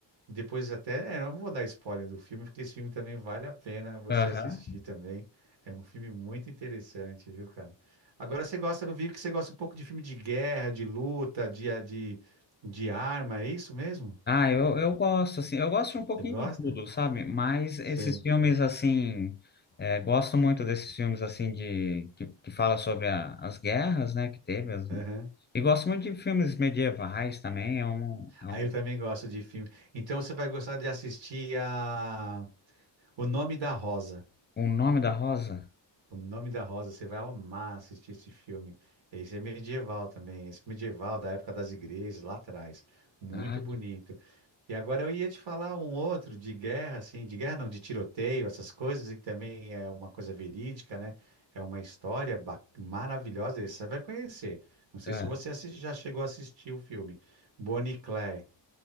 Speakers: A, on the right; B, on the left.
A: Depois até, é, eu não vou dar spoiler do filme, porque esse filme também vale a pena você
B: Aham.
A: assistir também. É um filme muito interessante, viu, cara? Agora você gosta, eu vi que você gosta um pouco de filme de guerra, de luta, de, de, de arma, é isso mesmo?
B: Ah, eu, eu gosto, assim, eu gosto de um pouquinho
A: Você gosta?
B: de tudo, sabe? Mas esses
A: Sei.
B: filmes, assim, é, gosto muito desses filmes, assim, de, que, que fala sobre a- as guerras, né, que teve. as-
A: Aham.
B: E gosto muito de filmes medievais também, é um, é um,
A: Aí eu também gosto de filme. Então você vai gostar de assistir a O Nome da Rosa.
B: O Nome da Rosa.
A: O Nome da Rosa, você vai amar assistir esse filme. Esse é medieval também, esse medieval da época das igrejas, lá atrás. Muito
B: Ah,
A: bonito.
B: que-
A: E agora eu ia te falar um outro de guerra, assim, de guerra não, de tiroteio, essas coisas, e que também é uma coisa verídica, né? É uma história ba- maravilhosa, esse você vai conhecer. Não sei
B: é,
A: se você assis- já chegou a assistir o filme. Bonnie e Clyde.